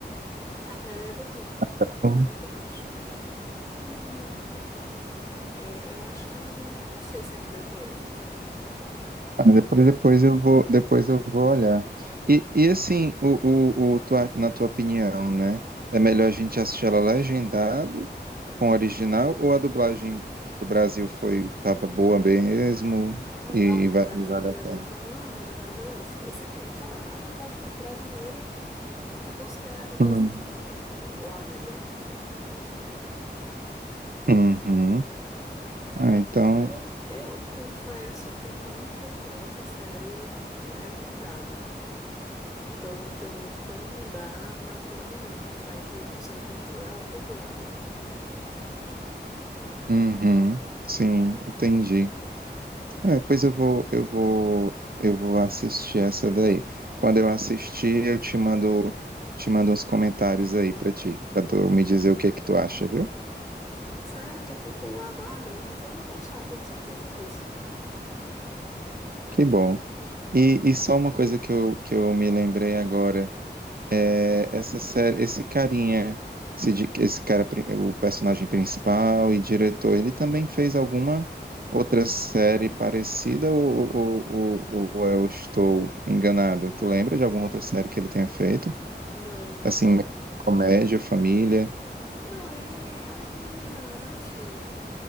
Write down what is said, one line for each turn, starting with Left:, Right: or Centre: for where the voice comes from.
Left: até dublado.
Right: Ah.
Left: Mas eu acho que não, não- é, eu acho que não, não sei se ainda tem.
Right: Ah, depois, depois eu vou, depois eu vou olhar. E, e assim, o, o, o tua- na tua opinião, né? É melhor a gente assistir ela legendado com o original ou a dublagem pro Brasil foi tava boa mesmo
Left: Ah,
Right: e,
Left: da- a dublagem
Right: va- e vale
Left: do Brasil
Right: a pena?
Left: tava, ah, já tava ex- excelente. A, a dublagem do brasileira é considerada uma
Right: Hum.
Left: das melhores do mundo, ou a melhor do mundo.
Right: Uhum. Ah,
Left: Mas
Right: então,
Left: eu, eu confesso que não encontrei essa série legendada. Então não tenho nem como dar a minha opinião, mas enco- só encontro ela dublada.
Right: uhum. Sim, entendi. É, pois eu vou, eu vou, eu vou assistir essa daí. Quando eu assistir, eu te mando, te mando uns comentários aí pra ti, pra tu me dizer o que é que tu acha, viu?
Left: Certo, eu fico aguardando. Você vai gostar, tenho certeza disso.
Right: Que bom. E, e só uma coisa que eu, que eu me lembrei agora é essa série, esse carinha, esse, di- esse cara, pri- o personagem principal e diretor, ele também fez alguma outra série parecida ou, ou, ou, ou ou eu estou enganado? Tu lembra de alguma outra série que ele tenha feito?
Left: Não,
Right: Assim, comédia, família.
Left: não, ele é um comediante.